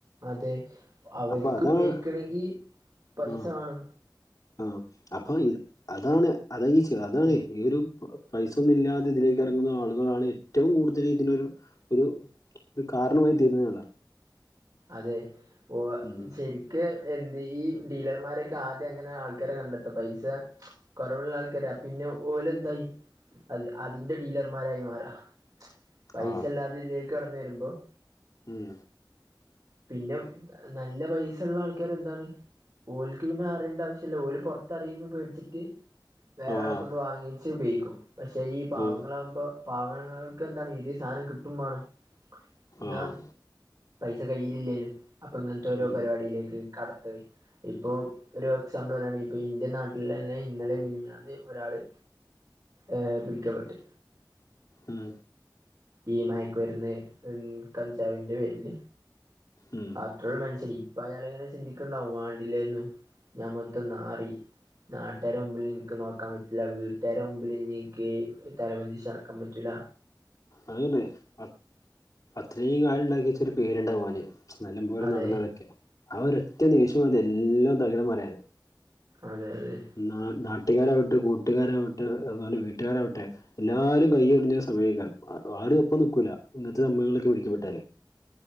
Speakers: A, on the right; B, on the left.
A: അതെ അവര്ക്ക്
B: അപ്പൊ അതാണ്
A: ഉപയോഗിക്കണെങ്കി പൈസ
B: ആഹ്
A: വാണം
B: ആഹ് അപ്പൊ അതാണ് അത ഈച്ച് അതാണ്
A: അതെ
B: ഈ ഒരു പൈസ ഒന്നും ഇല്ലാതെ ഇതിലേക്ക് എറങ്ങുന്ന ആളുകളാണ് ഏറ്റവും കൂടുതല് ഇതിനൊരു ഒരു ഇത് കാരണമായി തീരുന്നതിനുള്ള
A: അതെ ഓ ആഹ്
B: ഉം
A: ശരി ക്കേ എന്ത് ഈ ഡീലർമാരൊക്കെ ആദ്യം എങ്ങനെ ആൾക്കാരെ കണ്ടെത്ത പൈസ? കൊറവുള്ള ആൾക്കാര് പിന്നെ ഓല് എന്തായി അത് അതിന്റെ ഡീലർമാരായി മാറാ പൈസ
B: ആഹ്
A: അല്ലാതെ ഇതിലേക്ക് കടന്ന് വരുമ്പം
B: ഉം
A: പിന്നെ അ നല്ല പൈസള്ള ആൾക്കാര് എന്താണ്? ഓല്ക്ക് പിന്നെ അറിയേണ്ട ആവശ്യല്ല ഓല് പൊറത്തറിയുന്ന് പേടിച്ചിട്ട് വേറെ
B: ആഹ്
A: ആളെ കൊണ്ട് വാങ്ങിച്ച് ഉപയോഗിക്കും പക്ഷെ ഈ പാവങ്ങളാകുമ്പോ
B: ഉം
A: പാവങ്ങൾക്ക് എന്താണ് ഇതേ സാധനം കിട്ടും വേണം എന്നാ
B: ആഹ്
A: ച്ച കൈയ്യിലില്ലേലും അപ്പൊ ഇങ്ങനത്തെ ഓരോ
B: ഉം
A: പരിപാടിയിലേക്ക് കടത്ത വെയ് ഇപ്പോ ഒരു എക്സാമ്പിള് പറയാണെങ്കി പ്പ ഇൻ്റെ നാട്ടില് തന്നെ ഇന്നലെ മിനിഞ്ഞാന്ന് ഒരാള് ഏഹ് പിടിക്കപ്പെട്ട്
B: ഉം
A: ഈ മയക്ക് മരുന്ന് കഞ്ചാവിൻ്റെ പേര്ല്.
B: ഉം
A: അത്ര മനുഷ്യന് ഇപ്പൊ അയാളിങ്ങനെ ചിന്തിക്ക്ണ്ടാവും വാണ്ടില്ലേന്നു ഞാൻ മൊത്തം നാറി. നാട്ടാരെ മുമ്പിൽ ഇൻക്ക് നോക്കാ പറ്റൂല്ല വീട്ടാരെ മുമ്പില് ഇഞ്ഞ് ഇൻക്ക് തല പൊന്തിച്ച് നടക്കാൻപറ്റൂല.
B: അതെന്നെ അ അത്രയും കാലം ഇണ്ടാക്കിച്ചൊരു പേര്ണ്ടാവും ഓന്. നല്ല പോലെ
A: അതെ
B: നടന്നതൊക്കെല്ലേ ആ ഒരൊറ്റ ദേശ്യം മതി എല്ലാം തകിടം മറിയാന്
A: അതെ അതെ
B: ന്നാ നാട്ടുകാരാവട്ടെ കൂട്ടുകാരാവട്ടെ അതുപോലെ വീട്ടുകാരാവട്ടെ എല്ലാരും കൈ ഒടിഞ്ഞ സമയൊക്കെയാണ് ആഹ് ആരും ഒപ്പം നിക്കൂല്ല ഇങ്ങനത്തെ സംഭവങ്ങളിലൊക്കെ പിടിക്കപ്പെട്ടാല്